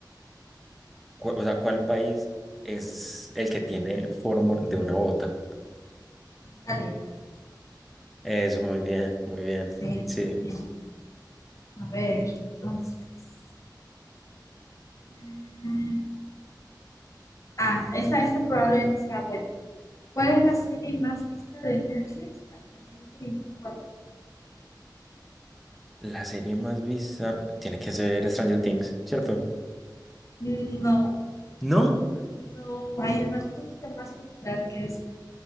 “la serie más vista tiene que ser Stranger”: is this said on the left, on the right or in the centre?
Centre